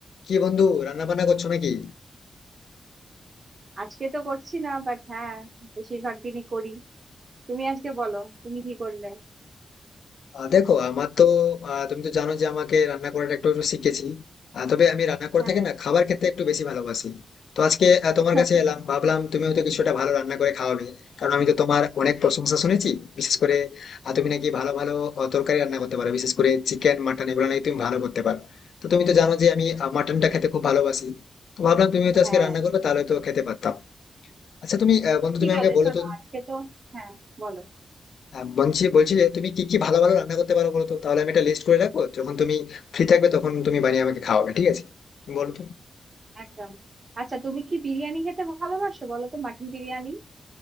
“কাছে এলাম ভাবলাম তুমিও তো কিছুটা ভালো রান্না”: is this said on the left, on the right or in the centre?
Left